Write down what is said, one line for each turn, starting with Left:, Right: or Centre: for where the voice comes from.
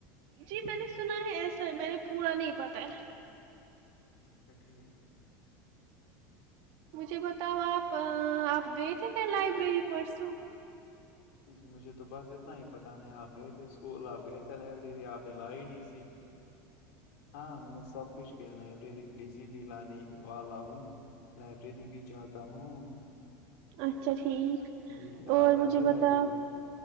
Right: جی میں نے سنا ہے ایسا میں نے پورا نہیں پتا ہے
Left: سٹ ہی
Right: مجھے بتاؤ آپ آپ گئے تھے پھر لائبریری پرسوں
Left: جی مجھے تو بس اتنا ہی پتاہ نہیں آپ گئے تھے اسکول آپ گئے تھے لائبریری آپ نے لائی ڈی سی ہاں میں نے سب کچھ کیا لائبریری ڈی سی بھی لانے والا ہوں لائبریری بھی جاتا ہوں
Right: اچھاچ ٹھیک
Left: جی
Right: اور
Left: آپ جاتی
Right: مجھے
Left: ہو لائبریری
Right: بتاؤ